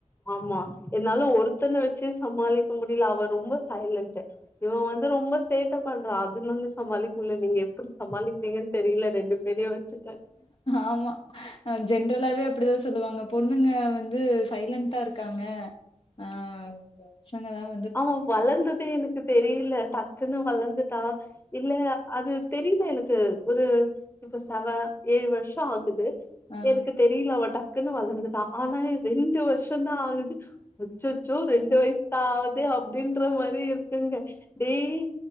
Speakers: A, on the left (about 15°); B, on the left (about 45°).
A: ஆமா என்னால ஒருத்தன வெச்சு சமாளிக்க முடியல அவ ரொம்ப சைலன்ட இவன் வந்து ரொம்ப சேட்ட பண்றான் அதுனால சமாளிக்குலே நீங்க எப்டி சமாளிக்கிறீங்கன்னு தெரில ரெண்டு பெரிய வெச்சுக்க
B: ஆமா அ ஜென்ரலாவே அப்டிதான் சொல்லுவாங்க பொண்ணுங்க வந்து சைலன்டா இருக்காங்க ஆ பசங்க தான்
A: ஆவ வளந்ததே எனக்கு தெரியல டக்குன்னு வளந்துட்டா இல்ல அது தெரியல எனக்கு ஒரு இப்ப சவ ஏழு வருஷம் ஆகுது
B: ஆ
A: எனக்கு தெரியல அவ டக்குன்னு வளந்துட ஆனா ரெண்டு வருஷம் தான் ஆகுது உச்சச்சோ ரெண்டு வயசு தான் ஆகுது அப்டின்ற மாரி இருக்குங்க டேய்லி